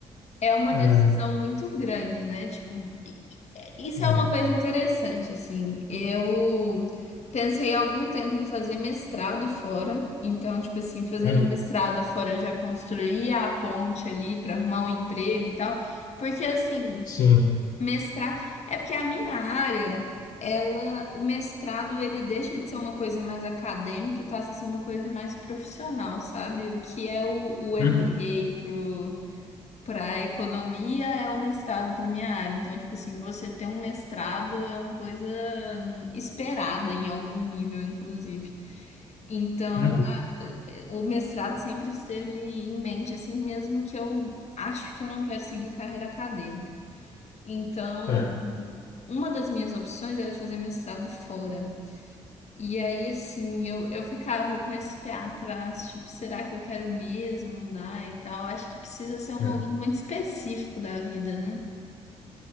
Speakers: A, on the left; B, on the left.
A: É uma
B: É,
A: decisão muito grande, né? Tipo, i- i- isso
B: é.
A: é uma coisa interessante, assim. Eu pensei há algum tempo em fazer mestrado fora. Então, tipo assim, fazendo
B: Uhum,
A: mestrado fora, eu já construía a ponte ali para arrumar um emprego e tal. Porque, assim.
B: Sim.
A: Mestrar é porque a minha área, ela, o mestrado ele deixa de ser uma coisa mais acadêmica e passa a ser uma coisa mais profissional, sabe? O que é o, o MBA
B: Uhum,
A: pro para economia é o mestrado para minha área. Então, tipo assim, você ter um mestrado é uma coisa hum, esperada em algum nível, inclusive. Então,
B: uhum,
A: a- eh, o mestrado sempre esteve em mente, assim, mesmo que eu acho que eu não quero seguir carreira acadêmica. Então,
B: é,
A: uma das minhas opções era fazer mestrado fora. E aí, assim, eu, eu ficava com esse pé atrás, tipo, será que eu quero mesmo mudar e tal? Acho que precisa ser um momento
B: é.
A: muito específico da vida, né?